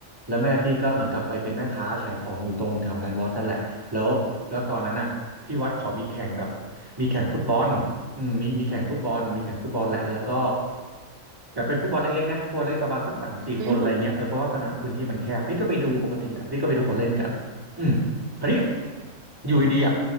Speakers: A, on the right; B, on the right.
A: แล้วแม่พี่ก็เหมือนกับไปเป็นแม่ค้าขายของอยู่ตรงแถวงานวัดนั่นแหละแล้วแล้วตอนนั้นอ่ะที่วัดเขามีแข่งแบบมีแข่งฟุตบอลอืมมีมีแข่งฟุตบอลมีแข่งฟุตบอลแหละแล้วก็แบบเป็นฟุตบอลเล็กๆนะฟุตบอลเล็กๆประมาณสักสามสี่คนอะไรเงี้ยเออเพราะว่าสนามพื้นที่มันแคบพี่ก็ไปดูปกติแหละพี่ก็ไปดูเขาเล่นกันอืมคราวนี้
B: อืม
A: อยู่ดีๆอ่ะ